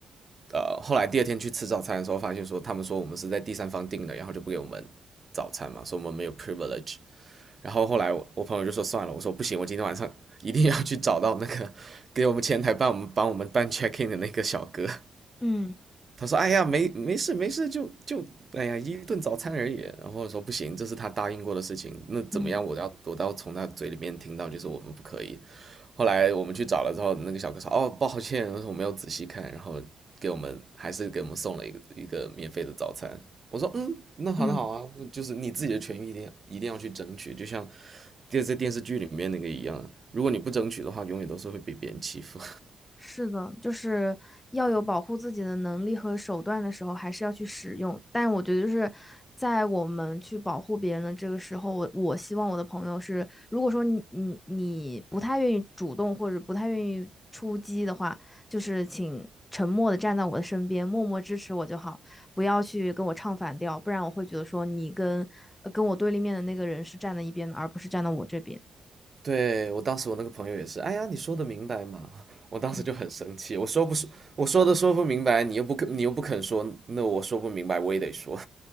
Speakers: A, on the right (about 45°); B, on the left (about 20°).
A: 呃，后来第二天去吃早餐的时候，发现说他们说我们是在第三方订的，然后就不给我们早餐嘛，说我们没有 privilege。然后后来我我朋友就说算了，我说不行，我今天晚上一定要去找到那个 <laughs> 给我们前台办我们帮我们办 check in 的那个小哥，
B: 嗯
A: 他说：“哎呀，没没事没事，就就哎呀一顿早餐而已。”然后我说：“不行，这是他答应过的事情，那怎么样？
B: 嗯
A: 我要我都要从他嘴里面听到，就是我们不可以。”后来我们去找了之后，那个小哥说：“哦，抱歉，我说我没有仔细看。”然后给我们还是给我们送了一个一个免费的早餐。我说：“嗯，那很好啊，
B: 嗯。
A: 那就是你自己的权益一定要一定要去争取，就像电在电视剧里面那个一样，如果你不争取的话，永远都是会被别人欺负。”
B: 是的，就是要有保护自己的能力和手段的时候，还是要去使用。但我觉得就是在我们去保护别人的这个时候，我我希望我的朋友是，如果说你你你不太愿意主动或者不太愿意出击的话，就是请沉默的站在我的身边，默默支持我就好，不要去跟我唱反调，不然我会觉得说你跟呃跟我对立面的那个人是站在一边的，而不是站到我这边。
A: 对，我当时我那个朋友也是，哎呀，你说的明白嘛？<laughs> 我当时就很生气，
B: 嗯
A: 我说不说，我说的说不明白，你又不肯，你又不肯说，那我说不明白，我也得说。